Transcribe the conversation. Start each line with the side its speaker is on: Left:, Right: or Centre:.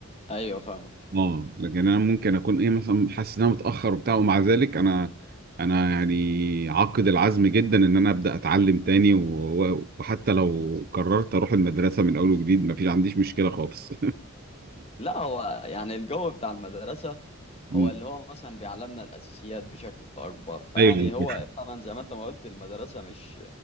Left: أيوه فاهمك
Right: اه لكن انا ممكن اكون ايه مثلا حاسس ان انا متاخر وبتاع ومع ذلك انا انا يعني عاقد العزم جدا ان انا ابدا اتعلم تاني و... و- وحتى لو قررت اروح المدرسه من اول وجديد ما فيش عنديش مشكله خالص
Left: لا هو يعني الجو بتاع المدرسة
Right: <laughs>
Left: هو اللي هو مثلا بيعلمنا الأساسيات بشكل أكبر فيعني
Right: ايوه أنا
Left: هو
Right: فاكر.
Left: فعلا زي ما أنت ما قلت المدرسة مش